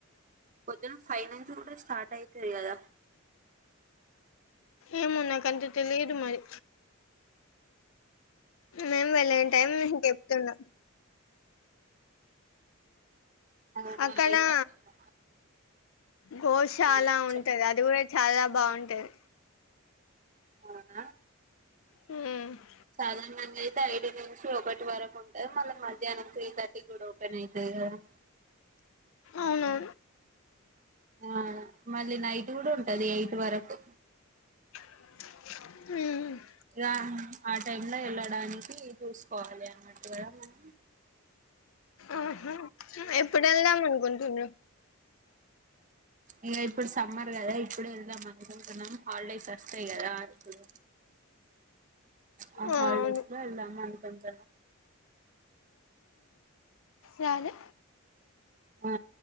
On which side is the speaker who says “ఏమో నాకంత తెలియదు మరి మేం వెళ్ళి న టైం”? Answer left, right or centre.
Left